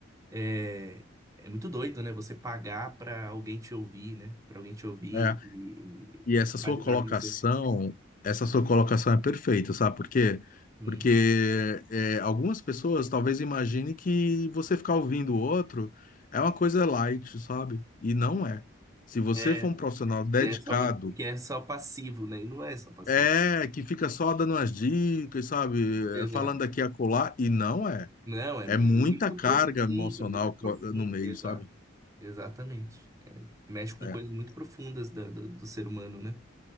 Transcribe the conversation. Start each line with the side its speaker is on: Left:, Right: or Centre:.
Right: é, é muito doido, né? Você pagar pra alguém te ouvir, né? Pra alguém te ouvir
Left: É.
Right: e,
Left: E
Right: e,
Left: essa
Right: e
Left: sua
Right: analisar
Left: colocação,
Right: com você.
Left: essa sua colocação é perfeita, sabe por quê?
Right: Hum.
Left: Porque é, algumas pessoas talvez imaginem que você ficar ouvindo o outro é uma coisa light, sabe? E não é. Se você
Right: É,
Left: for um profissional dedicado,
Right: e é só muito, que é só passivo, né? E não é só passivo.
Left: é que fica só dando umas dicas, sabe?
Right: Exato.
Left: É, Falando aqui e acolá, e não é.
Right: Não, é,
Left: É
Right: é
Left: muita
Right: muito
Left: carga
Right: profundo,
Left: emocional
Right: é muito profundo.
Left: co- no meio,
Right: Exato.
Left: sabe?
Right: Exatamente. Mexe com
Left: É.
Right: coisas muito profundas da- do, do ser humano, né?